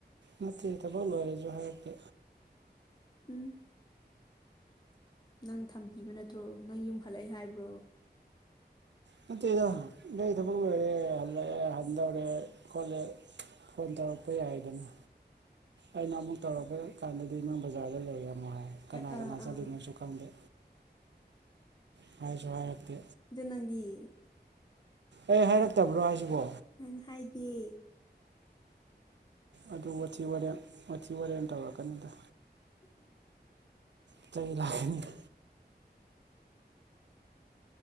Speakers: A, on the right; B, on the left.
A: ꯅꯠꯇꯦ ꯊꯕꯛ ꯣꯏꯉꯔꯁꯨ ꯍꯥꯏꯔꯛꯇꯦ
B: ꯎꯝ ꯅꯪ ꯊꯝꯈꯤꯕ ꯅꯠꯇ꯭ꯔꯣ ꯅꯪ ꯌꯨꯝ ꯍꯜꯂꯛꯏ ꯍꯥꯏꯕ꯭ꯔꯣ
A: ꯅꯠꯇꯦꯗꯣ ꯑꯩ ꯊꯕꯛ ꯂꯣꯏꯔꯦ ꯍꯜꯂꯛꯑꯦ ꯍꯟꯗꯧꯔꯦ ꯈꯣꯠꯂꯦ ꯐꯣꯟ ꯇꯧꯔꯛꯄ ꯌꯥꯏꯗꯅ ꯑꯩꯅ ꯑꯃꯨꯛ ꯇꯧꯔꯛꯄ ꯀꯥꯟꯗꯗꯤ ꯅꯪ ꯕꯖꯔ ꯂꯩꯔꯣ ꯉ ꯀꯅꯥ
B: ꯑꯥ ꯑꯥ
A: ꯀꯅꯥ ꯆꯗꯣꯏꯅꯣꯁꯨ
B: ꯑꯥ
A: ꯈꯪꯗꯦ ꯐꯥꯏ ꯁꯔꯥꯏꯇ
B: ꯅꯥꯒꯤ
A: ꯑꯩ ꯍꯥꯏꯔꯛꯇꯕ꯭ꯔꯣ ꯍꯥꯏꯁꯤꯕꯣ
B: ꯅꯪ ꯍꯥꯏꯗ
A: ꯑꯗꯨ ꯋꯥꯊꯤ ꯋꯥꯔꯦꯝ ꯋꯥꯊꯤ ꯋꯥꯔꯦꯝ ꯇꯧꯔꯣ ꯀꯟꯅꯗ <unintelligible>